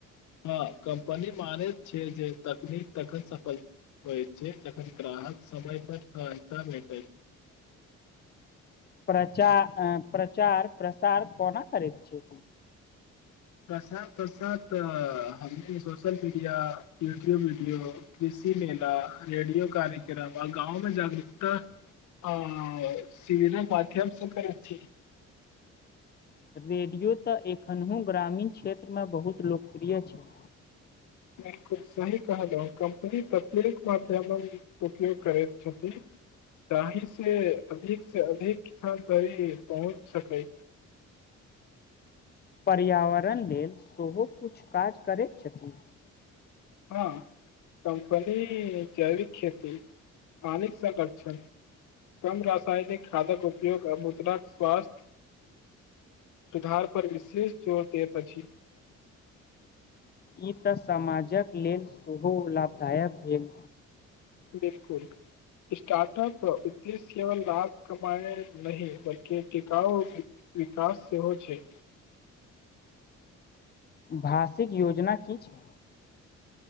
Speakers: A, on the left; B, on the left.
A: हँ कम्पनी मानैत छियै जे तकनीक तखन सफल होइ छै, जखन ग्राहक समय पर सहायता भेटल।
B: प्रचार प्रचार प्रसार, कोना करैत छिय।
A: प्रसाद प्रसाद हमनी सोशल मीडिया, यूट्यूब वीडियो। कृषि मेला, रेडियो कार्यक्रम, आर गाँवमे जागरूकता। आ सीर माध्यमसँ करैत छी।
B: रेडियो तऽ एखनहु ग्रामीण क्षेत्रमे बहुत लोकप्रिय छै।
A: 'बिलकुल' सही कहलहु कम्पनी प्रत्येक माध्यम उपयोग करैत छथि। जाहि से, अधिक से अधिक किसान धरी पहुँच सकै।
B: पर्यावरण लेल, सेहो किछु काज करैत छथि।
A: हँ कम्पनी जैविक खेती पानिक संरक्षण। कम रसायनिक खादक उपयोग, आ मुद्राक स्वास्थ्य। सुधार पर विशेष जोर दैत अछि।
B: ई तऽ समाजक लेल सेहो लाभदायक भेल।
A: बिलकुल। स्टार्टप उदेश केवल लाभ कमाए नहि बल्कि टिकाउ विकास सेहो छै।
B: भाषिक योजना की छै।